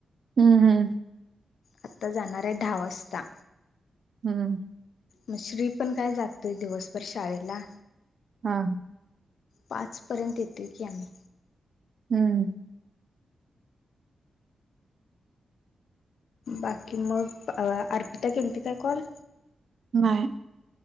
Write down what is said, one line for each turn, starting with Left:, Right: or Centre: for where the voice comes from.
Right: हम्म हम्म.
Left: आत्ता जाणार आहे दहा वाजता.
Right: हम्म.
Left: मग श्री पण काय जातोय दिवसभर शाळेला.
Right: हा.
Left: पाचपर्यंत येतो की आम्ही.
Right: हम्म.
Left: बाकी मग अ अर्पिता केलती काय काँल?
Right: नाही.